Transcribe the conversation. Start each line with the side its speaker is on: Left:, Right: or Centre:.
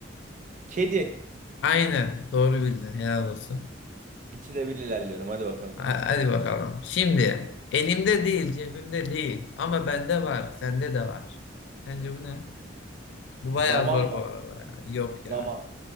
Right: Kedi.
Left: Aynen. Doğru bildin. Helal olsun.
Right: İkide bir ilerliyorum. Hadi bakalım.
Left: Ha- Hadi bakalım. Şimdi elimde değil, cebimde değil ama bende var, sende de var. Sence bu ne? Bu
Right: Zaman
Left: bayağı zor
Right: mı?
Left: bu arada ya. Yok ya,
Right: Zaman.